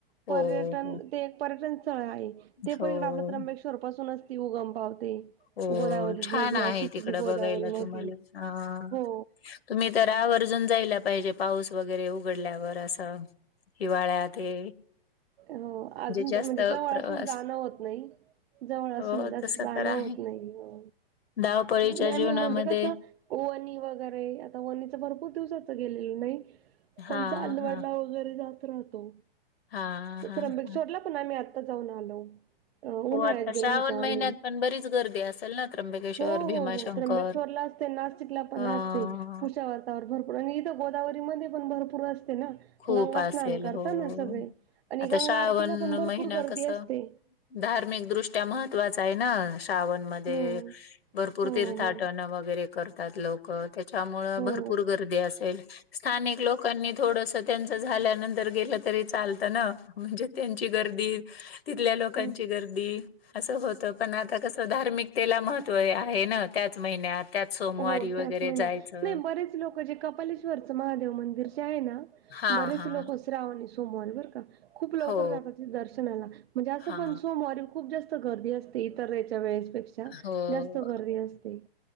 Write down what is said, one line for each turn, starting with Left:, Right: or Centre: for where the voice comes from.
Right: पर्यटन
Left: हो हो
Right: ते एक पर्यटन स्थळ आहे. ते
Left: हो
Right: पण इकडं आपलं त्र्यंबकेश्वर पासूनच ती उगम पावते.
Left: हो
Right: गोदावरी
Left: छान
Right: नदी नाशिकची
Left: आहे तिकडं
Right: जी गोदावरी
Left: बघायला
Right: नदी
Left: तुम्हाला हा.
Right: हो
Left: तुम्ही तर आवर्जून जायला पाहिजे पाऊस वगैरे उघडल्यावर असं. हिवाळ्यात हे.
Right: हो, अजून
Left: जास्त
Right: तर म्हणजे जवळ
Left: प्रवास
Right: असून जाणं होत नाही, जवळ असून
Left: हो
Right: जास
Left: तस
Right: जाणं
Left: तर आहे
Right: होत नाही हो,
Left: धावपळीच्या
Right: नाय आणि
Left: जीवनामध्ये
Right: म्हणजे कसं वनी वगैरे आता वनीचं भरपूर दिवसाचं गेलेलो नाही.
Left: हा
Right: पण चांदवडला
Left: हा
Right: वगैरे जात राहतो.
Left: हा
Right: त
Left: हा
Right: त्र्यंबकेश्वरला
Left: हा
Right: पण आम्ही आत्ता जाऊन आलो. अ उन्हाळ्यात
Left: हो आता
Right: गेलो
Left: श्रावण
Right: होतो आम्ही,
Left: महिन्यात पण बरीच गर्दी असेल ना त्र्यंबकेश्वर
Right: हो हो
Left: भीमाशंकर
Right: हो त्र्यंबकेश्वरला आस ते नाशिकला पण
Left: अ
Right: असते, कुशावार्तावर भरपूर आणि इथं गोदावरीमध्ये पण भरपूर असते ना.
Left: खूप
Right: गंगा
Left: असेल
Right: स्नान करताना
Left: हो
Right: सगळे, आणि
Left: आता
Right: गंगा
Left: श्रावण
Right: आरतीला पण भरपूर
Left: महिना
Right: गर्दी
Left: कसं
Right: असते.
Left: धार्मिकदृष्ट्या महत्त्वाचा आहे ना श्रावण मध्ये
Right: हो
Left: भरपूर
Right: हो
Left: तीर्थ आटन वगैरे करतात लोक. क त्याच्यामुळं
Right: हो
Left: भरपूर गर्दी असेल, स्थानिक लोकांनी थोडसं त्यांच झाल्यानंतर गेलं तरी चालतं ना म्हणजे त्यांची गर्दी तिथल्या लोकांची
Right: हो.
Left: गर्दी असं होतं पण आता कसं धार्मिकतेला महत्व य आहे ना त्याच महिन्यात त्याच सोमवारी
Right: हो
Left: वगैरे
Right: त्याच महिन्यात
Left: जायचं
Right: नाही बरेच लोक जे कपल अशे त्वरच महादेव मंदिर जे आहे ना
Left: हा
Right: बरेच
Left: हा
Right: लोकं श्रावणी सोमवारी बर का खूप लवकर
Left: हो
Right: जातात तिथं दर्शनाला म्हणजे असं
Left: हा
Right: पण सोमवारी खूप जास्त गर्दी असते. ते तर याच्या वेळेसपेक्षा
Left: हो
Right: जास्त गर्दी असते.